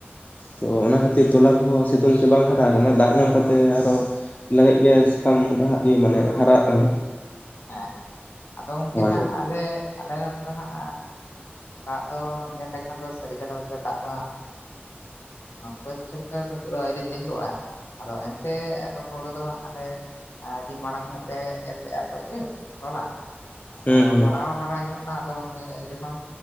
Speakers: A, on the left; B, on the left.
A: ᱛᱚ ᱚᱱᱟ ᱠᱷᱟᱹᱛᱤᱨ ᱛᱚᱞᱟ ᱠᱚᱦᱚᱸ ᱥᱤᱛᱩᱝ ᱛᱮ ᱵᱟᱝ ᱦᱟᱨᱟ ᱠᱟᱱᱟ ᱫᱟᱜ ᱧᱟᱢ ᱠᱟᱛᱮ ᱟᱨᱚ ᱞᱮᱜᱮᱡ ᱜᱮ ᱥᱟᱠᱟᱢ ᱞᱟᱦᱟᱜ ᱢᱟᱱᱮ ᱦᱟᱨᱟᱜ ᱠᱟᱱᱟ
B: ᱦᱮᱸ ᱟᱫᱚ ᱜᱚᱢᱠᱮ
A: ᱦᱳᱭ
B: ᱦᱟᱸᱜ ᱟᱞᱮ ᱟᱞᱮ ᱱᱚᱛᱮ ᱫᱚ ᱦᱟᱸᱜ ᱫᱟᱜ ᱫᱚ ᱧᱮᱞ ᱞᱮᱠᱷᱟᱱ ᱫᱚ ᱥᱟᱹᱨᱤ ᱠᱟᱛᱷᱟ ᱵᱚᱞᱛᱮ ᱫᱟᱜ ᱫᱚ ᱦᱟᱸᱜ ᱵᱟᱹᱛ ᱠᱷᱮᱛ ᱠᱚ ᱨᱮᱫᱚ ᱦᱤᱛᱚᱜ ᱫᱚ ᱟᱹᱣᱨᱤ ᱛᱤᱸᱜᱩᱜᱼᱟ ᱟᱫᱚ ᱮᱱᱛᱮ ᱟᱫᱚ ᱦᱩᱲᱩ ᱫᱚ ᱦᱟᱸᱜ ᱟᱞᱮ ᱟᱹᱰᱤ ᱢᱟᱲᱟᱝ ᱧᱚᱜ ᱞᱮ ᱮᱨ ᱞᱮᱜᱼᱟ ᱤᱭᱟᱹ ᱦᱚᱞᱟ ᱟᱫᱚ
A: ᱦᱩᱸ ᱦᱩᱸ
B: ᱦᱟᱨᱟ ᱦᱚ ᱦᱟᱨᱟ ᱧᱚᱜ ᱱᱟ ᱟᱫᱚ ᱵᱚᱱ ᱧᱮᱞᱮᱫᱼᱟ ᱡᱚᱠᱷᱚᱱ